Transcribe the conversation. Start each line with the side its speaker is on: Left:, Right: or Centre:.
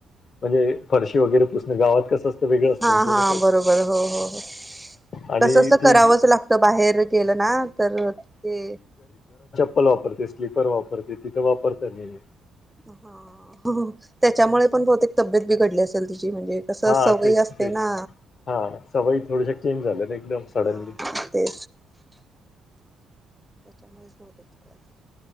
Left: म्हणजे फरशी वगैरे पुसण गावात कसं. वेगळं असतं
Centre: हा
Left: ना थोडंसं
Centre: हा बरोबर हो हो हो.
Left: आणि
Centre: कसं अस
Left: ती
Centre: करावंच लागतं बाहेर गेलं ना तर ते
Left: लपरते स्लीपर वापरते तिथं वापरत नाहीेमी.
Centre: ह त्याच्यामुळे पण बहुतेक तब्येत बिघडली अस तुी म्हणजे कस
Left: हां,
Centre: सवय
Left: तेच,
Centre: असते
Left: तेच.
Centre: ना
Left: हां, सवयी थोड्याशा चेंज झाल्या ना एकदम सडनली.
Centre: हा. ते. त्याच्यामुळेच बहुत इच्छा लागते.